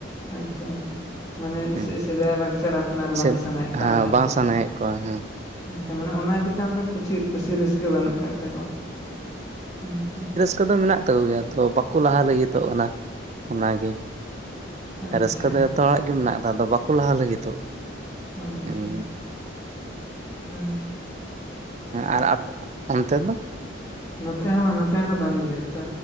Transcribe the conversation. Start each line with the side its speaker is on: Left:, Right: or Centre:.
Left: ᱟᱪᱪᱷᱟ ᱟᱪᱪᱷᱟ ᱢᱟᱱᱮ
Right: ᱦᱮᱸ
Left: ᱥᱮᱫᱟᱭ ᱞᱟᱠᱪᱟᱨ ᱟᱯᱱᱟᱨ ᱵᱟᱝ
Right: ᱥᱮ
Left: ᱥᱟᱱᱟᱭᱮᱫ ᱚᱱᱠᱟᱱ
Right: ᱦᱮᱸ
Left: ᱚᱱᱠᱟᱱ
Right: ᱵᱟᱝ
Left: ᱠᱟᱛᱷᱟ
Right: ᱥᱟᱱᱟᱭᱮᱫ ᱠᱚᱣᱟ ᱦᱮᱸ
Left: ᱟᱪᱪᱷᱟ ᱢᱟᱱᱮ ᱚᱱᱟ ᱪᱮᱛᱟᱱ ᱨᱮ ᱠᱩᱪᱷᱟᱹᱜ ᱠᱩᱥᱤ ᱨᱟᱹᱥᱠᱟᱹ ᱵᱟᱹᱱᱩᱜ ᱟᱠᱟᱫ ᱛᱟᱠᱚᱣᱟ, ᱦᱮᱸᱛᱚ᱾
Right: ᱠᱟᱹᱫᱚ ᱢᱮᱱᱟᱜ ᱛᱟᱠᱚ ᱜᱮᱭᱟ ᱛᱚ ᱵᱟᱠᱚ ᱞᱟᱦᱟ ᱞᱟᱹᱜᱤᱫᱚᱜ ᱠᱟᱱᱟ ᱚᱱᱟᱜᱮ᱾
Left: ᱟᱪᱪᱷᱟ
Right: ᱨᱟᱹᱥᱠᱟᱹ ᱫᱚ ᱡᱷᱚᱛᱚ ᱦᱚᱲᱟᱜ ᱜᱮ ᱢᱮᱱᱟᱜᱫᱟ ᱟᱫᱚ ᱵᱟᱠᱚ ᱞᱟᱦᱟ ᱞᱟᱹᱜᱤᱫᱚᱜ᱾
Left: ᱟᱪᱪᱷᱟ
Right: ᱦᱮᱸ
Left: <unintelligible>
Right: ᱟᱨ ᱟᱯᱮ ᱚᱱᱛᱮ ᱫᱚ
Left: ᱱᱚᱛᱮ ᱦᱚᱸ ᱱᱚᱛᱮ ᱦᱚᱸᱠᱚ ᱫᱚᱢ ᱜᱮᱭᱟ ᱛᱚ